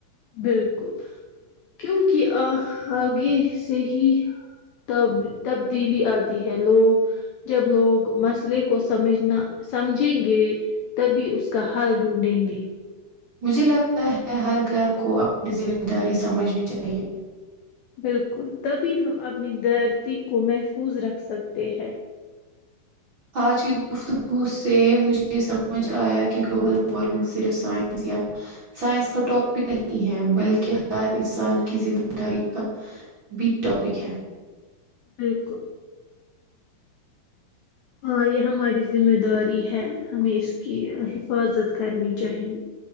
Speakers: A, on the left; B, on the right.
A: بالکل کیونکہ آ آگے سے ہی تب تبدیلی آتی ہے لوگ جب لوگ مسئلے کو سمجھنا سمجھیں گے تبھی اس کا حال ڈھونڈیں گے
B: مجھے لگتا ہے ہر گھر کو اپنی ذمہ داری سمجھنی چاہیے
A: بالکل تبھی ہم اپنی درتی کو محفوظ رکھ سکتے ہیں
B: آج کی گفتگو سے مجھے سمجھ آیا کہ گلوبل وارمنگ صرف سائنس یا سائنس کا ٹاپک نہیں ہے بلکہ ہر انسان کی ذمہ داری کا بیگ ٹاپک ہے
A: بالکل ہاں یہ ہماری ذمہ داری ہے ہمیں اس کی حفاظت کرنی چاہیے